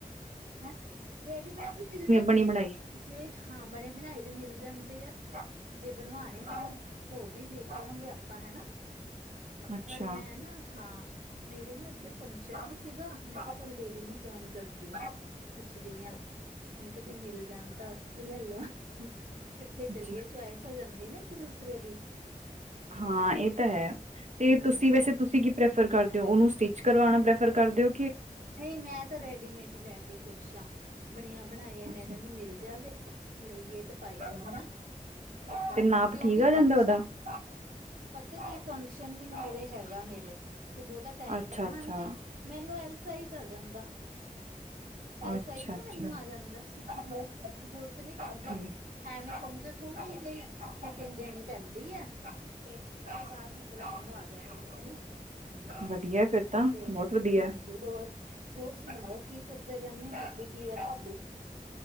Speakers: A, on the right; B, on the right.
A: ਹੈਂ, ਰੇਡੀਮੇਡ ਵੀ ਮਿਲ ਜੈਂਦੇ।
B: ਬਣੀ ਬਣਾਈ
A: ਜੇ ਹਾਂ ਬਨੇਬਨਾਏ ਵੀ ਮਿਲ ਜਾਂਦੇ ਆ, ਜੇ ਬਨਵਾਨੇ ਹੋਨ ਤੋ ਔਵੀ ਦੇਖ ਲੋਂਗੇ ਆਪਾਂ ਹੈਨਾ।
B: ਅੱਛਾ
A: ਪਰ ਮੈਂ ਨਾ ਹਾਂ ਮੇਰੇ ਨਾਂ ਇੱਧਰ ਫੰਕਸ਼ਨ ਵੀ ਸੀਗਾ। ਮੈਂਕਾਂ ਚਲ ਦੀਦੀ ਨੂੰ ਫੋਨ ਕਰਦੀ ਆਂ। ਪੁੱਛਦੀਆਂ ਮੈਂਕਾ ਜੇ ਮਿਲ ਜਾਨ ਤਾਂ ਆ ਪੇ ਲੈ ਲਾਂ। ਕੱਠੇ ਚੱਲੀਏ
B: ਅੱਛਾ
A: ਚੁਆਇਸ ਔ ਜੈਂਦੀ ਨਾ ਇੱਕ ਦੂਸਰੇ ਦੀ।
B: ਹਾਂ ਏਤਾਂ ਹੈ ਤੇ
A: ਹਾਂਜੀ
B: ਤੁਸੀਂ ਵੈਸੇ ਤੁਸੀਂ ਕਿਥੇ ਪ੍ਰੈਫਰ ਕਰਦੇਔ ਉਨੂੰ ਸਟਿੱਚ ਕਰਵਾਨਾ ਪ੍ਰੈਫਰ ਕਰਦੇਔ।
A: ਨਈ ਮੈਂ ਤਾ ਰੈਡੀਮੇਡ ਈ ਲੈ ਕੇ ਖੁਸ਼ਆ ਬਨਿਆਂ ਬਨਾਇਆ
B: ਅੱਛਾ
A: ਮੈਂ ਕੈਨੀਂ ਮਿਲ ਜਾਵੇ। ਲਈਏ ਤੇ ਪਾਈਏ ਹੈਨਾਕਿਉਕਿ
B: ਤੇ ਨਾਪ ਠੀਕ ਆ ਜਾਂਦਾ
A: ਫੰਕਸ਼ਨ
B: ਉਹਦਾ
A: - ਪਤਾ ਕੀ ਫੰਕਸ਼ਨ ਵੀ ਨੇੜੇ ਹੈਗਾ। ਮੇਰੇ ਤੇ ਬੋਤਾ ਟਾਈਮ
B: ਅੱਛਾ
A: ਨੀ
B: ਅੱਛਾ
A: ਹਂਜੀ, ਮੈਨੂੰ ਐੱਲ ਸਾਈਜ ਆ ਜੈਂਦਾ। ਐਲ
B: ਅੱਛਾ
A: ਸਾਈਜ਼ ਨਾ
B: ਅੱਛਾ
A: ਮੈਨੂੰ ਆ ਜੈਂਦਾ ਜੂਰਤ ਨੀਂ ਪੈਂਦੀ।
B: ਤੇ
A: ਐਵੇਂ ਸਮਝੋ ਥੋੜ੍ਹੀ ਜਿਹੀ ਫਿਟਿੰਗ ਦੇਨੀ ਪੈਂਦੀਐ। ਤੇ ਉਸ ਤੋਂ ਬਾਦ ਮਤਲਬ ਮੈਨੂੰ ਆ ਜਾੜਗੇ ਹੈਨਾ। ਹਂਜੀ,
B: ਵਧੀਆ ਫਿਰ ਤਾਂ
A: ਤੇ
B: ਬਹੁਤ ਵਧੀਆ
A: ਹਂਜੀ। ਹੋਰ, ਹੋਰ ਸਨਾਔ ਕੀ ਕਰਦੇ ਰੈਂਨੇਔ ਹੋਬੀ ਕੀ ਐ ਤੁੱਡੀ?